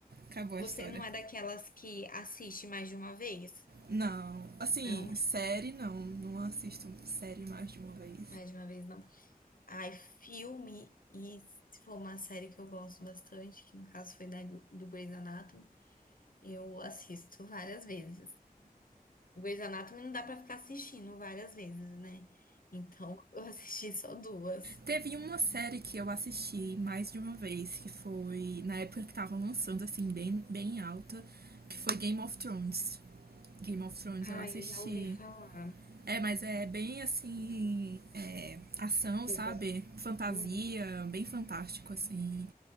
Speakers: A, on the right; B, on the left.
A: Acabou
B: Você
A: a história.
B: não é daquelas que assiste mais de uma vez?
A: Não, assim,
B: Não,
A: série não, não assisto série mais de uma vez.
B: mais de uma vez não. Ai, filme, e se for uma série que eu gosto bastante, que no caso foi da, do Grey's Anatomy, eu assisto várias vezes. O Grey's Anatomy não dá pra ficar assistindo várias vezes, né? Então, <laughs> eu assisti só duas.
A: Teve uma série que eu assisti mais de uma vez, que foi na época que tava lançando, assim, bem, bem alta, que foi Game of Thrones. Game of Thrones
B: Ai,
A: eu assisti.
B: eu já ouvi falar.
A: É, mas é bem assim. é, ação,
B: Pesa...
A: sabe? Fantasia,
B: Uhum,
A: bem fantástico, assim.